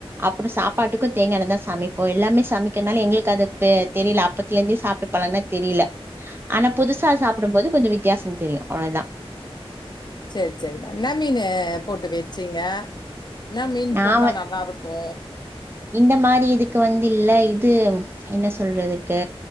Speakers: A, on the right; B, on the left.
A: அப்றோ சாப்பாட்டுக்கு தேங்கா எண்ண தா சமைப்போ எல்லாமே சமைக்கனால எங்ளுக்கு அது ப்ப தெரில அப்பத்ல இருந்தே சாப்ட்டு பழகுனா தெரில ஆனா புதுசா சாப்டும்போது கொஞ்ச வித்தியாசந் தெரியு அவ்ளதா
B: சேர் சேரிமா என்னா மீனு போட்டு வெச்சிங்க என்னா மீன்
A: நா
B: போட்டா
A: வ
B: நல்லாருக்கு
A: இந்த மாரி இதுக்கு வந்து இல்ல இது என்ன சொல்றதுக்கு